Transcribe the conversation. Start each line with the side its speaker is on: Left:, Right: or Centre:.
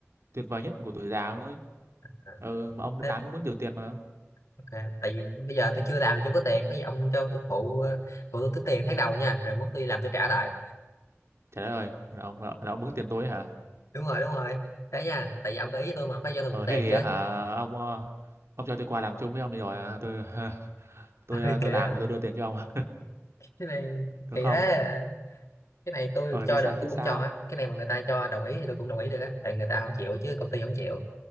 Right: tuyệt vời nhất của tuổi già luôn đấy
Left: à
Right: ừ, mà ông
Left: thế
Right: làm cũng có nhiều tiền mà
Left: ok tại vì bây giờ tôi chưa làm thì chưa có tiền có gì ông cho tôi phụ ờ, phụ tôi tính tiền tháng đầu nha rồi mốt tôi làm tôi trả lại
Right: trả lời là ông là, là ông mướn tiền tôi ấy hả
Left: đúng rồi đúng rồi thế nha tại vì ông có ý với tôi mà phải cho tôi mượn
Right: ờ
Left: tiền
Right: thế thì
Left: chứ
Right: á hả ông ờ, ông cho tôi qua làm chung với ông đi rồi ờ, tôi <laughs> tôi ờ,
Left: Ôi,
Right: tôi
Left: kệ
Right: làm
Left: à
Right: thì tôi đưa tiền cho ông <laughs>
Left: cái này
Right: được
Left: kỳ
Right: không
Left: thế à. cái này tôi
Right: ờ
Left: cho
Right: thì sao
Left: được tôi
Right: chứ
Left: cũng
Right: sao
Left: cho á cái này mà người ta cho đồng ý thì tôi cũng đồng ý được á tại người ta không chịu chứ công ty không chịu